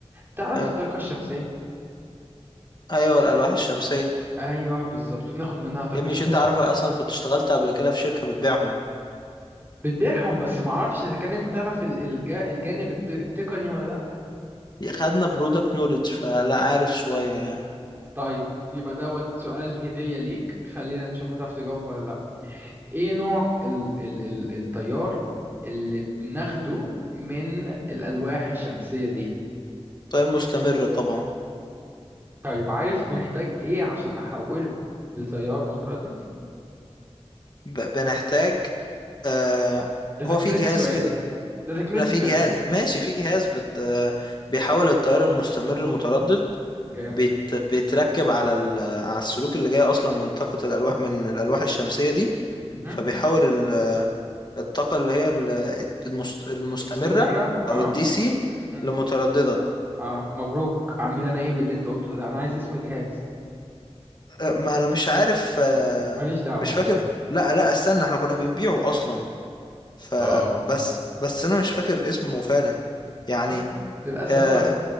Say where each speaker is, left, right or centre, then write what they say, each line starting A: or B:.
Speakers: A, on the right; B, on the left.
A: تعرف
B: حلو.
A: الطاقة الشمسية
B: ايوه الألواح الشمسية
A: ايوه بالظبط بناخد منها طاقة
B: يا ابني
A: شمسية
B: مش انت عارف أنا اصلا كنت اشتغلت قبل كده في شركة بتبيعهم
A: بتبيعهم بس ما اعرفش اذا كان انت تعرف ال- الج- الجانب الت- التقني ولا لا
B: خدنا برودكت نولج فلا عارف شوية يعني
A: طيب يبقى دوت سؤال هدية ليك خلينا نشوف هتعرف تجاوب ولا لا ايه نوع ال ال ال التيار اللي بناخده من الالواح الشمسية دي
B: تغير مستمر طبعا
A: طيب عارف بنحتاج ايه عشان نحوله لتيار متردد
B: ب- بنحتاج آه
A: ده تكملة
B: هو في جهاز
A: السؤال
B: كده
A: ده تكملة
B: لا
A: السؤال
B: في جهاز ماشي في جهاز بت بيحول التيار المستمر المتردد
A: جامد
B: بيت بيتركب على ال... على السلوك اللي جاي اصلا من طاقة الالواح من الالواح الشمسية دي
A: مهم.
B: فبيحول ال- الطاقة اللي هي ال- المست... المستمرة
A: مستمرة
B: او
A: اه
B: الدي سي
A: مم.
B: لمترددة
A: اه مبروك اعمل انا ايه باللي انت قلته ده انا عايز اسم الجهاز
B: أه، ما انا مش عارف أه،
A: ماليش دعوة
B: مش فاكر لا لا استنى احنا كنا بنبيعه اصلا فبس
A: اه
B: بس انا مش فاكر اسمه فعلا يعني
A: خلاص للأسف
B: أه،
A: بقى